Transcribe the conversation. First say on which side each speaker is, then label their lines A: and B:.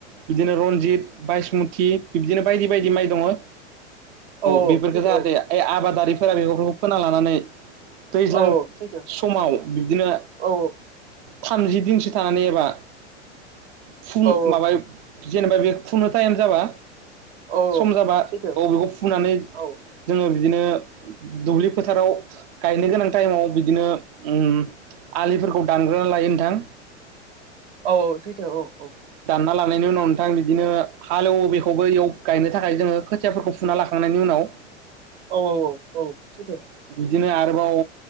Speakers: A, on the right; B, on the right.
A: बिदिनो रनजित बायसमुथि बिबदिनो बायदि बायदि माइ दङ औ
B: औ
A: बेफोरखौ
B: सैथो
A: जाहाथे ऐ आबादारि फोरा बेगफोरखौ फोना लानानै दैज्लां
B: औ सैथो
A: समाव बिदिनो
B: औ
A: थामजि दिनसो थानानै एबा फुं
B: औ
A: माबायाव जेनेबा बे खुंनो टाइम जाबा
B: औ
A: सम जाबा
B: सैथो
A: अबेखौ फुनानै
B: औ
A: जोङो बे बिदिनो दुब्लि फोथाराव गायनो गोनां टाइमाव बिदिनो उम आलिफोरखौ दानग्रोना लायो नोंथां
B: औ औ सैथो औ औ
A: फुना लानायनि उनाव नोंथां बिदिनो हालेवो बेखौबो इयाव गायनो थाखाय जोङो खोथियाफोरखौ फुना लाखांनायनि उनाव
B: औ औ औ औ
A: बिदिनो आरोबाव